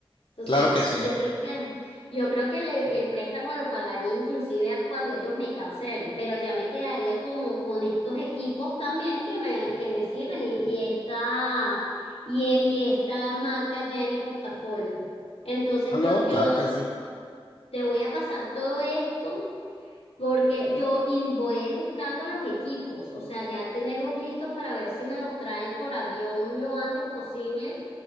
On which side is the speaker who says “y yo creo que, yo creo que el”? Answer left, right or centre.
Left